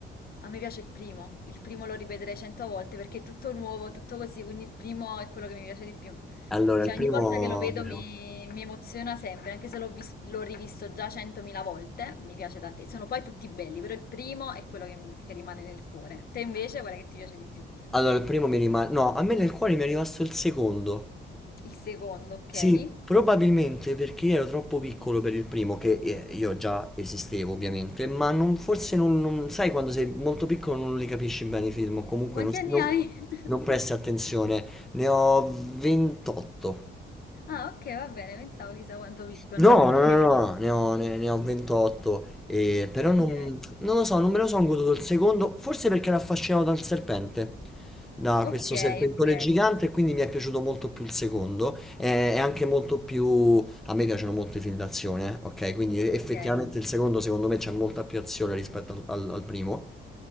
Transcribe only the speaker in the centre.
Allora,
il primo...
no.
Allora, il primo mi rimane... No, a me nel cuore mi è rimasto il secondo.
Sì, probabilmente perché ero troppo piccolo per il primo, che eh, io già esistevo ovviamente, ma non, forse non, non- Sai quando sei molto piccolo non li capisci bene i film, o comunque
non,
non,
non presti attenzione. Ne ho 28.
No,
no, no, no, ne ho, ne- ne ho 28, eh, però non,
non lo so, non me lo sono goduto il secondo, forse perché ero affascinato dal serpente, da
questo serpentone
gigante, e quindi mi è piaciuto molto più il secondo, eh, è anche molto più... a me piacciono molto i film d'azione, eh, ok? Quindi effettivamente
il secondo secondo me c'è molta più azione rispetto al al- al primo.